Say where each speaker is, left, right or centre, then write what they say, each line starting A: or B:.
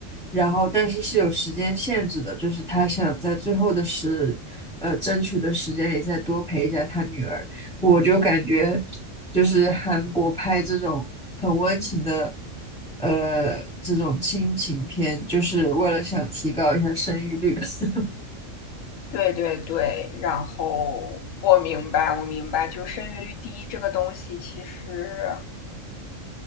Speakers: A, in the centre; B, on the left.
A: 然后但是是有时间限制的，就是他想在最后的时，呃，争取的时间里再多陪一下他女儿。我就感觉，就是韩国拍这种很温情的，呃，这种亲情片，就是为了想提高一下生育率。<laughs>
B: 对对对。然后我明白，我明白，就生育率低这个东西，其实